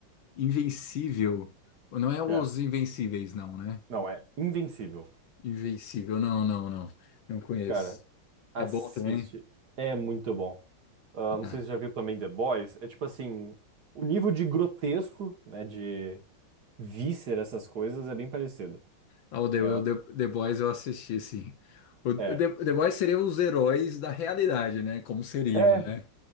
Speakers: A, on the left (about 70°); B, on the right (about 55°).
A: Invencível. Não é os
B: É,
A: Invencíveis, não, né?
B: não, é Invencível.
A: Invencível, não, não, não. Não conheço.
B: Cara, assiste.
A: É bom também?
B: É muito bom. Ah, não
A: Ah.
B: sei se você já viu também The Boys. É tipo assim, o nível de grotesco, né, de víscera, essas coisas, é bem parecido.
A: Ah, o The,
B: É,
A: o
B: uma-
A: The, The Boys eu assisti, sim. O The,
B: é,
A: The Boys seriam os heróis da realidade, né? Como seriam,
B: é
A: né?